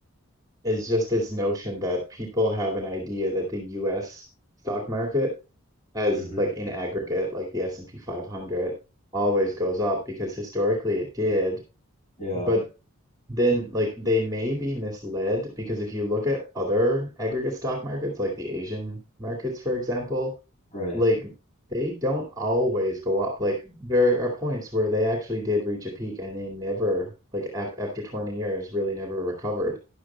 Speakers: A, on the right; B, on the left.
A: is just this notion that people have an idea that the U.S. stock market, as
B: hmm
A: like in aggregate, like the S&P 500, always goes up because historically it did.
B: Yeah,
A: But then like they may be misled because if you look at other aggregate stock markets, like the Asian markets, for example,
B: right.
A: like they don't always go up. Like there are points where they actually did reach a peak and they never, like af after 20 years, really never recovered.